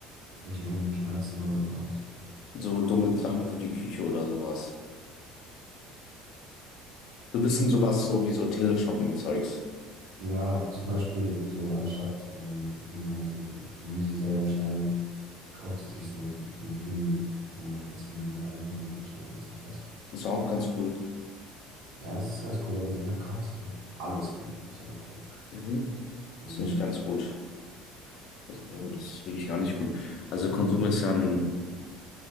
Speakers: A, on the right (about 80°); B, on the left (about 55°).
A: welche dummen Kerzen oder sowas.
B: So dumme Sachen für die Küche oder sowas. So ein bisschen sowas so wie so Teleshopping-Zeugs.
A: Ja, zum Beispiel so, anstatt ähm, sie halt ihr Gemüse selber schneidet, kauft sie sich so ein, so ein Ding, wo man das Gemüse reintut und dann schneidet sich das.
B: Ist auch ganz cool.
A: Ja, das ist ganz cool, aber sie kauft sich halt alles von dem Zeug. So.
B: Mhm.
A: So
B: Ist
A: Mega
B: nicht ganz
A: viel.
B: gut. Also, also, das ist wirklich gar nicht gut. Also Konsum ist ja ein